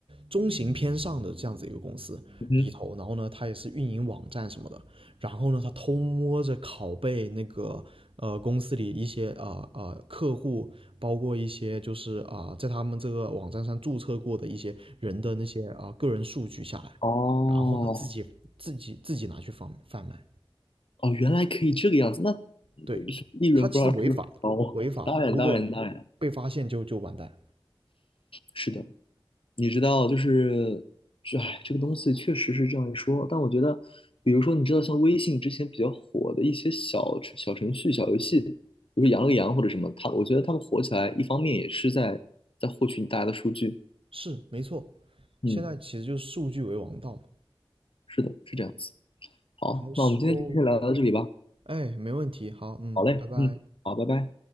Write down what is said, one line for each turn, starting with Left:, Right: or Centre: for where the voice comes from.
Right: 中型偏上的这样子一个公司里头，
Left: 嗯，
Right: 然后呢，他也是运营网站什么的。然后呢，他偷摸着拷贝那个呃公司里一些啊啊、呃呃、客户，包括一些就是啊、呃在他们这个网站上注册过的一些人的那些啊、呃个人数据下来，
Left: 哦
Right: 然后呢自己自己自己拿去贩贩卖，
Left: 哦，原来可以这个样子，那呃
Right: 对，
Left: 利润不知道是不是高？
Right: 他其实违法的，违法的，
Left: 当然当然当然，
Right: 如果被发现就就完蛋，
Left: 是的，你知道，就是这，哎，这个东西确实是这样一说。但我觉得，比如说，你知道，像微信之前比较火的一些小程小程序、小游戏，比如羊了个羊或者什么，它，我觉得他们火起来，一方面也是在在获取大家的数据。
Right: 是没错，
Left: 嗯，
Right: 现在其实就是数据为王道嘛，
Left: 是的，是这样子。好，
Right: 好时候，
Left: 那我们今天就先聊到这里吧。
Right: 哎，没问题，好，嗯，
Left: 好嘞，
Right: 拜拜。
Left: 嗯，好，拜拜。